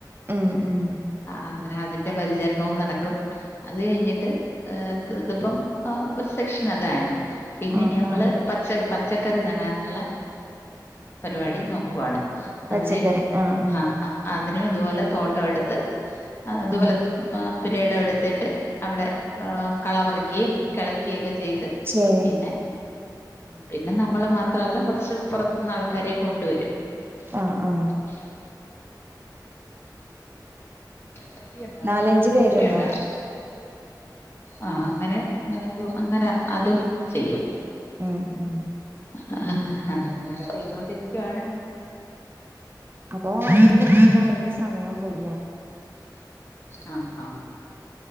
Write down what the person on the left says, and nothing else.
അന്നേരം അ അതിന്റെ പരിചരണവും നടക്കും. അത് കഴിഞ്ഞിട്ട് ഇതിപ്പം സെക്ഷ താണ് പിന്നെ
ഇനി നമ്മള്.
പച്ചക്കറി നടാനുള്ള പരിപാടി നോക്കുവാണ്.
അതിന്
ആ അതിനും ഇതുപോലെ തോട്ടം എടുത്ത് ഇതുപോലെ
പുരയുടെ എടുത്തിട്ട് അവിടെ കള പറിക്കുകയും കിളക്കുകയും ഒക്കെ ചെയ്ത്
പിന്നെ പിന്നെ നമ്മള് മാത്രല്ല കുറച്ച് പുറത്തുന്ന് ആൾക്കാരെയും കൊണ്ടുവരും.
<inaudible> കുപ്പിയുണ്ടോ
കുപ്പിയുണ്ടോ? ആ അങ്ങനെ അങ്ങനെ അതും ചെയ്യും.
ആ അതങ്ങനെയൊക്കെ ചെയ്തോണ്ടിരിക്കുവാണ്.
ആ ആഹ